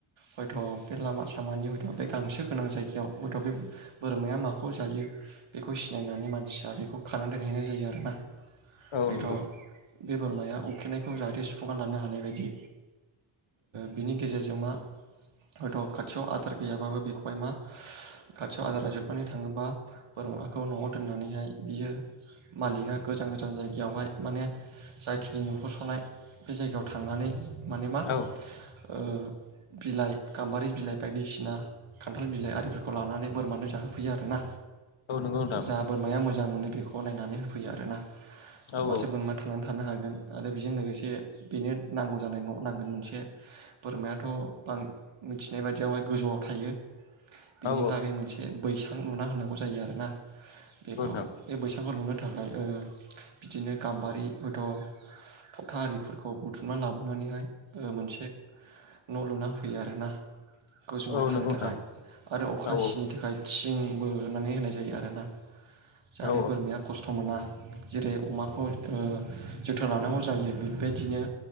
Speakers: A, on the right; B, on the left.
A: हयथ' बे लामा सामानि हयथ' बे गांसो गोनां जायगायाव हयथ' बे बोरमाया माखौ जायो बेखौ। सिनायनानै मानसिया बेखौ खानानै दोनहैनाय जायो आरोना।
B: औ
A: हयथ'
B: नंगौ।
A: बे बोरमाया उखैनायखौ जाहाथे सुफुंना लानो हानाय बायदि बिनि गेजेरजों मा हयथ' खाथियाव आदार गैयाबाबो बेखौहाय मा खाथियाव आदार जाजोबनानै थाङोबा बोरमा। खौ न'आव दोननानैहाय बियो मालिका गोजान गोजान जायगायावहाय माने, जायाखिनि नुहरस'नाय बे जायगायाव थांनानै माने मा
B: औ
A: ओ बिलाइ गाम्बारि बिलाइ बायदिसिना खान्थाल बिलाइ आरो। फोरखौ लानानै बोरमानो जाहोफैयो आरोना।
B: औ नंगौ नोंथां
A: जा बोरमाया मोजां। मोजां मोनो बेखौ नायनानै होफैयो आरो ना।
B: औ
A: मासे बोरमा थांनानै। थानो हागोन आरो बेजों लोगोसे बे बेनो नांगौ। जानाय न' नांगोन मोनसे बोरमायाथ' बां मिथिनाय बायदियावहाय गोजौआव थायो। बिनिलागै
B: औ
A: मोनसे बैसां। सां लुना होनांगौ जायो आर ना। बेखौ
B: नंगौ नोंथां
A: बे बैसांखौ लुनो थाखाय ओ बिदिनो गाम्बारि हथ' थबथा आरिफोरखौ बुथुमनानै लाबोनानैहाय मोनसे न' लुना होयो आरोना। गोजौआव
B: औ
A: थानो
B: नंगौ
A: थाखाय
B: नोंथां
A: आरो अखा
B: औ
A: सिनि थाखाय थिंबो होनानै होनाय जायो। जायो। ना? जाहाते
B: औ
A: बोरमाया खस्थ' मोना। जेरै अमाखौ औ। जोथोन लानांगौ जायो बेबायदिनो।